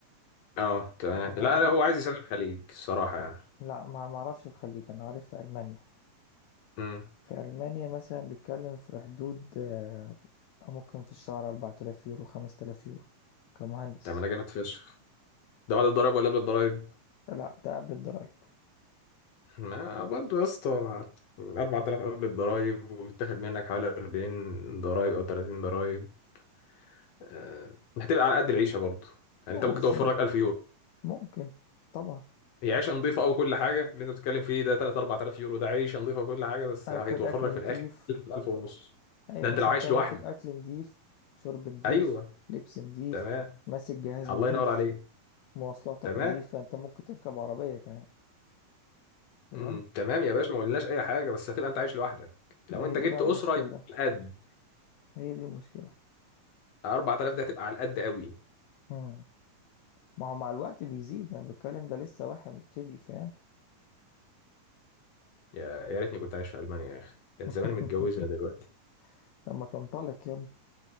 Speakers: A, on the left; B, on the left.
A: اه تمام
B: المهندس
A: لا لا هو عايز يسافر الخليج الصراحه يعني
B: لا ما ما اعرفش في الخليج انا عارف في المانيا
A: امم
B: في المانيا مثلا بيتكلم في حدود آه، ممكن في الشهر 4000 يورو 5000 يورو كمهندس
A: طب ما ده جامد فشخ ده بعد الضرايب ولا قبل الضرايب
B: لا ده قبل الضرايب
A: ما برضه يا اسطى 4000 قبل الضرايب وبتاخد منك حوالي 40 ضرايب او 30 ضرايب آه، هتبقى على قد العيشه برضه يعني
B: لا
A: انت
B: بس
A: ممكن توفر
B: ب-
A: لك 1000 يورو
B: ممكن طبعا
A: هي عيشه نظيفه او كل حاجه اللي انت بتتكلم فيه ده 3 4000 يورو ده عيشه نظيفه وكل حاجه بس
B: اكل
A: هيتوفر
B: اكل نضيف
A: لك في الاخر 1000 ونص
B: اي
A: ده
B: بس
A: انت لو
B: انت
A: عايش
B: واكل
A: لوحدك
B: اكل نضيف شرب نضيف
A: ايوه
B: لبس نضيف
A: تمام
B: ماسك جهاز
A: الله
B: نضيف
A: ينور عليك
B: مواصلاتك
A: تمام
B: نضيفة انت ممكن تركب عربية كمان فاهم
A: مم. تمام يا باشا ما قلناش اي حاجه بس هتبقى انت عايش لوحدك
B: ما
A: لو
B: هي
A: انت
B: دي
A: جبت
B: بقى
A: اسره
B: المشكلة
A: يبقى على القد
B: هي دي المشكلة
A: 4000 ده هتبقى على القد قوي
B: مم. ما هو مع الوقت بيزيد انا بتكلم ده لسه واحد مبتدئ فاهم
A: يا يا ريتني كنت عايش في المانيا يا اخي كان
B: <laughs>
A: زماني متجوزها دلوقتي
B: طب ما تنطلق يلا